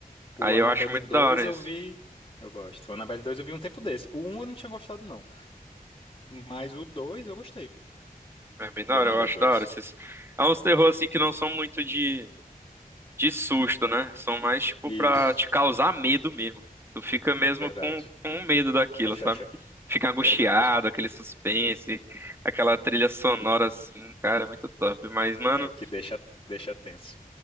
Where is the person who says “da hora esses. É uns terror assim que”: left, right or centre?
Right